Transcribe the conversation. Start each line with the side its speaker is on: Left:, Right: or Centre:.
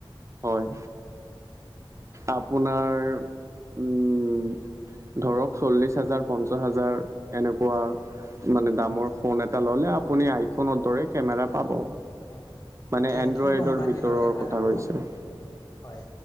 Right: হয় আপোনাৰ উমম ধৰক চল্লিশ হাজাৰ পঞ্চাশ হাজাৰ এনেকুৱা
Left: হয়
Right: মানে দামৰ
Left: হয়
Right: ফোন এটা ল'লে আপুনি আইফোনৰ দৰে কেমেৰা পাব
Left: হয়
Right: মানে
Left: এতিয়া
Right: এনড্ৰইডৰ
Left: কি কোম্পানী
Right: ভিতৰৰ
Left: ল'লে ভাল
Right: কথা
Left: হ'ব
Right: কৈছোঁ
Left: হয়